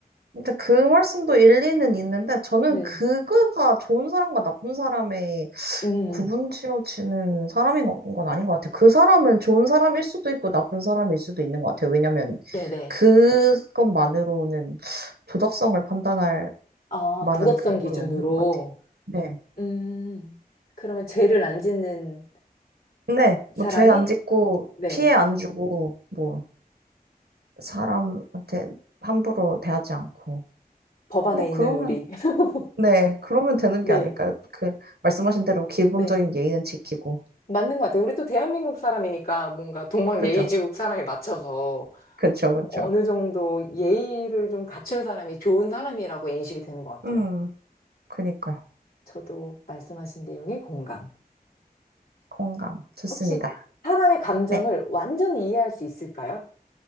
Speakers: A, on the right; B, on the left.
A: 근데 그 말씀도 일리는 있는데, 저는
B: 네.
A: 그거가 좋은 사람과 나쁜 사람의
B: 음,
A: 구분 지어지는 사람인 건, 건 아닌 것 같아. 그 사람은 좋은 사람일 수도 있고 나쁜 사람일 수도 있는 것 같아. 왜냐면
B: 네네.
A: 그것만으로는 도덕성을 판단할
B: 아,
A: 만한
B: 도덕성
A: 근거는
B: 기준으로.
A: 없는 것 같아. 네.
B: 음, 그러면 죄를 안 짓는
A: 네,
B: 사람이?
A: 뭐 죄 안 짓고
B: 네.
A: 피해 안 주고 뭐 사람한테 함부로 대하지 않고
B: 법 안에
A: 뭐
B: 있는
A: 그러면
B: 우리. <laughs>
A: 네, 그러면 되는
B: 네,
A: 게 아닐까요? 그 말씀하신 대로 기본적인
B: 네.
A: 예의는 지키고
B: 맞는 것 같아요. 우리 또 대한민국 사람이니까 뭔가 동방
A: 그죠?
B: 예의지국 사람에 맞춰서
A: 그죠, 그죠.
B: 어느 정도 예의를 좀 갖춘 사람이 좋은 사람이라고 인식이 되는 것 같아요.
A: 음, 그니까요.
B: 저도 말씀하신 내용이 공감.
A: 공감. 좋습니다.
B: 혹시 사람의 감정을
A: 네.
B: 완전히 이해할 수 있을까요?